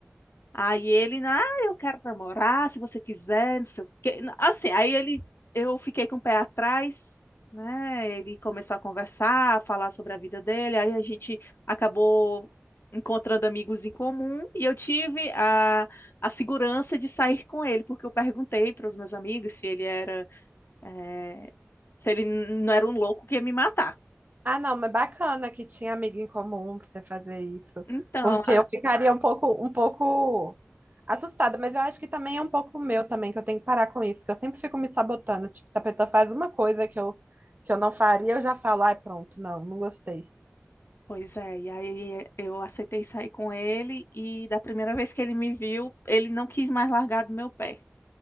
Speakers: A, on the left; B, on the right.
A: Aí ele, ah, eu quero namorar, se você quiser, não sei o quê. Assim, aí ele, eu fiquei com o pé atrás, né? Ele começou a conversar, a falar sobre a vida dele, aí a gente acabou encontrando amigos em comum e eu tive a, a segurança de sair com ele, porque eu perguntei para os meus amigos se ele era, eh, se ele não era um louco que ia me matar.
B: Ah, não, mas bacana que tinha amigo em comum pra você fazer isso.
A: Então,
B: Porque eu ficaria um pouco, um pouco assustada, mas eu acho que também é um pouco meu também, que eu tenho que parar com isso, que eu sempre fico me sabotando. Tipo, se a pessoa faz uma coisa que eu, que eu não faria, eu já falo, ai, pronto, não, não gostei.
A: Pois é, e aí eh, eu aceitei sair com ele e da primeira vez que ele me viu, ele não quis mais largar do meu pé.